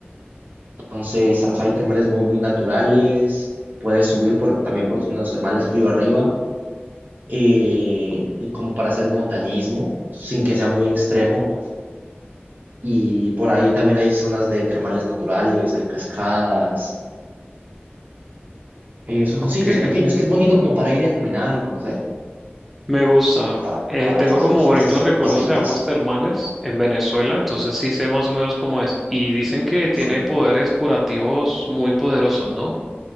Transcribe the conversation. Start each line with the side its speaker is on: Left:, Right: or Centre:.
Right: Entonces, o sea, hay termales muy, muy naturales. Puedes subir por, también por los los termales río arriba, eh, y como para hacer montañismo, sin que sea muy extremo. Y por ahí también hay zonas de termales naturales, hay cascadas. Eh, son
Centre: Ok.
Right: sitios pequeños que es bonito como para ir a caminar y conocer,
Centre: Me gusta.
Right: es como para,
Centre: Eh,
Right: para
Centre: tengo
Right: darse esos,
Centre: como bonitos
Right: esos
Centre: recuerdos
Right: paseitos.
Centre: de aguas termales en Venezuela, entonces sí sé más o menos cómo es. Y dicen que tiene
Right: Sí.
Centre: poderes curativos muy poderosos, ¿no?